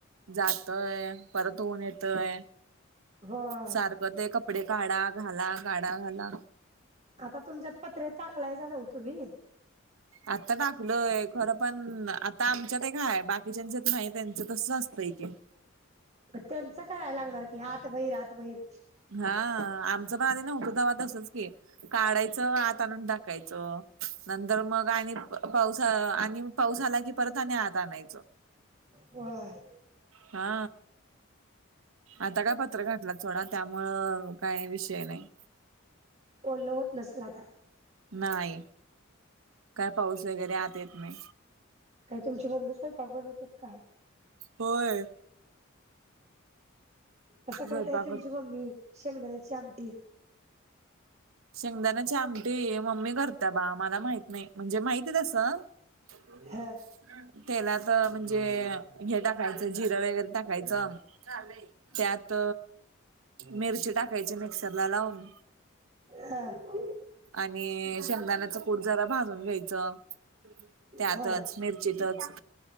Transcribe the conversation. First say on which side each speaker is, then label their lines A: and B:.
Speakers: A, on the right; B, on the right.
A: जातोय, परत ऊन येतय.
B: होय.
A: सारखं ते कपडे काढा, घाला काढा, घाला.
B: आता तुमच्यात पत्रे टाकलायच नव तुम्ही.
A: आत्ता टाकलोय खरं पण आमच्यात काय बाकीच्यात नाही त्यां ते तसंच असते की.
B: त्यांच करायला लागणार आत, बहीर, आत बाहेर.
A: हा आमचं पण आधी नव्हत तवा तसंच. काढायचं आत आणून ढाकायचं नंतर मग आणि- पाऊस आणि पाऊसा आला की परत आणि आत आणायचं.
B: होय.
A: हा आता काय पत्र घातलं सोडा त्यामुळं- काही विषय नाही.
B: ओलं होत नसेल आता.
A: नाही. काय पाऊस वगैरे आत येत नाही.
B: काय? तुमची मम्मी स्वयंपाक बनवते का काय?
A: होय.
B: कसं करताय
A: स्वयंपाक
B: तुमची मम्मी शेंगदाण्याची आमटी.
A: शेंगदाणाची आमटी मम्मी करता बा मला माहित नाही म्हणजे माहितीय तसं. हो का?
B: ह
A: तेलात म्हणजे हे टाकायचं जिरं वगैरे टाकायचं. त्यात मिरची टाकायची मिक्सरला लावून.
B: ह
A: आणि शेंगदाण्याचा कुट जरा भाजून घ्यायचं. त्यातच
B: ह
A: मिरचीतच